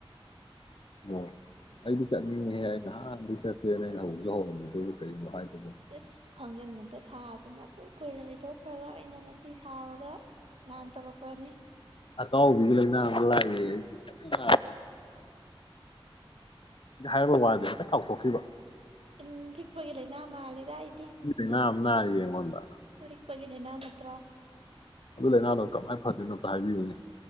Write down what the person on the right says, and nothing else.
ꯏꯁ ꯈꯪꯖꯟꯅꯗ ꯁꯥꯗꯅ ꯑꯗꯨꯛ ꯀꯨꯏꯅ ꯂꯩꯊꯣꯛꯈ꯭ꯔꯒ ꯑꯩꯅ ꯉꯁꯤ ꯁꯥꯎꯔꯒ ꯂꯥꯟ ꯇꯧꯔꯛꯄꯅꯤ
ꯎꯝ ꯂꯤꯛꯄꯒꯤ ꯂꯩꯅꯥ ꯃꯥꯜꯂꯤꯗ ꯑꯩꯗꯤ
ꯂꯤꯛꯄꯒꯤ ꯂꯩꯅꯥ ꯅꯠꯇ꯭ꯔꯣ